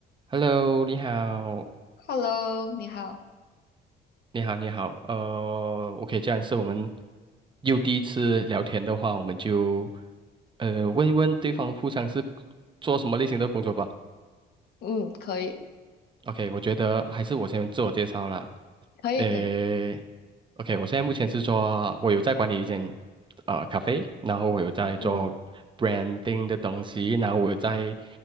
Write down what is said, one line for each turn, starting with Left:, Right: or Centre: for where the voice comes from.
Right: Hello，你好，
Left: Hello，你好。
Right: 你好，你好，呃，OK，这样是我们又第一次聊天的话，我们就呃问一问对方互相是做什么类型的工作吧。
Left: 嗯，可以，
Right: OK，我觉得还是我先自我介绍啦。
Left: 可以，
Right: 诶
Left: 可以。
Right: ，OK，我现在目前是做，我有在管理一间呃咖啡，然后我有在做
Left: 嗯，
Right: branding 的东西，然后我有在